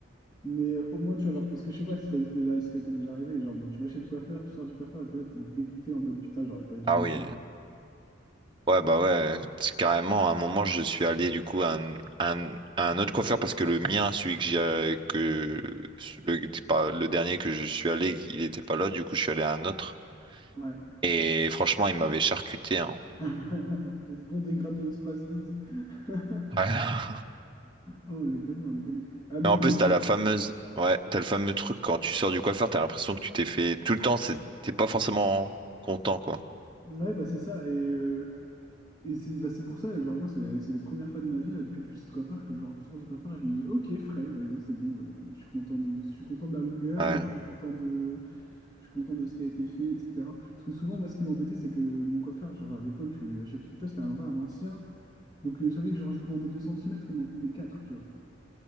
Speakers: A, on the left (about 20°); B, on the right (about 25°).
A: Mais euh, au moins, tu vois, genre, parce que je sais pas si t'as déjà, si t'as t'es déjà arrivé, genre, mais tu vas chez le coiffeur, tu sors du coiffeur et t'es là, t'es dégoûté en mode putain, j'aurais pas dû
B: Ah oui.
A: et tout.
B: Ouais, bah ouais, c'est carrément, à un moment, je suis allé du coup à un, un- à un autre coiffeur parce que le mien, celui que j'ai. euh, Que... Le... c'est pas- le dernier que je suis allé, il était pas là, du coup, je suis allé à un autre.
A: Ouais.
B: Et franchement, il m'avait charcuté, hein.
A: <laughs> Les bons dégradés au Space 12. <laughs>
B: <laughs> Ouais.
A: Oh, on les connaît, on les connaît. Ah, mais
B: Et en
A: non,
B: plus,
A: mais ça...
B: t'as la fameuse, ouais, t'as le fameux truc quand tu sors du coiffeur, t'as l'impression que tu t'es fait tout le temps, c'est- t'es pas forcément content, quoi.
A: ouais, bah c'est ça. Et, euh, et c'est bah, c'est pour ça, genre, moi, c'est c'est les premières fois de ma vie, là, depuis que je suis chez coiffeur, que genre, je sors du coiffeur et je me dis, ok, frais, vas-y, c'est bon, euh, je suis content de... je suis content de la longueur,
B: Ouais.
A: je suis content de, je suis content de ce qui a été fait, etc. Parce que souvent, moi, ce qui m'embêtait, c'est que mon coiffeur, genre à l'époque, je- à chaque fois, tu vois, c'était un, un ancien. Donc, euh, je savais que genre, je lui demandais 2 centimètres il m'en coupait 4 tu vois.